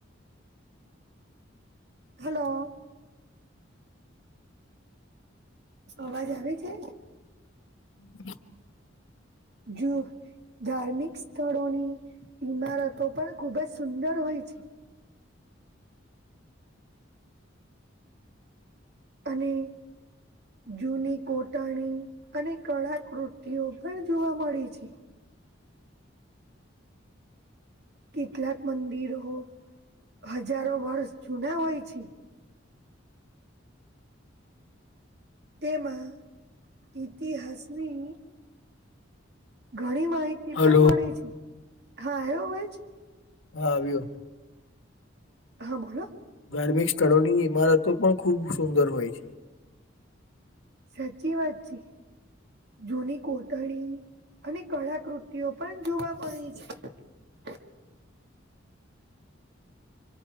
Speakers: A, on the right; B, on the left.
A: હેલો અવાજ આવે છે
B: <unintelligible>
A: જો ધાર્મિક સ્થળોની ઈમારતો પણ ખુબ જ સુંદર હોય છે અને જૂની કોટાણી અને કળા કૃતિતિઓ પણ જોવા મળે છે
B: હ <unintelligible>
A: કેટલાક મંદિરો હજારો વર્ષ જૂના હોય છે તેમાં ઇતિહાસની. ઘણી માહિતી
B: હલો
A: પણ મળી છે હા આવ્યો અવાજ
B: હા આવ્યો
A: હા બોલો
B: ધાર્મિક સ્થળોની ઈમારતો પણ ખૂબ સુંદર હોય છે
A: સાચી વાતછી જૂની કોટણી અને કળાકૃતિઓ પણ જોવા મળી છે
B: હ છે <unintelligible>